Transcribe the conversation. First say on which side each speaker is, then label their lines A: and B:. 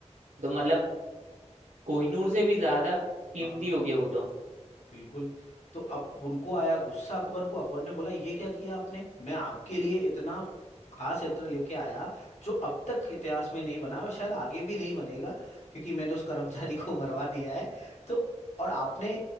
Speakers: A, on the right (about 80°); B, on the left (about 70°).
A: तो मतलब कोहिनूर से भी ज्यादा कीमती
B: हाँ
A: हो गया वो तो
B: बिल्कुल तो अब उनको आया गुस्सा अकबर को अकबर ने बोला ये क्या किया आपने मैं आपके लिए इतना फ- खास इत्र लेके आया जो अब तक इतिहास में नहीं बना और शायद आगे भी नहीं बनेगा क्योंकि मैंने उस कर्मचारी को मरवा दिया है तो और आपने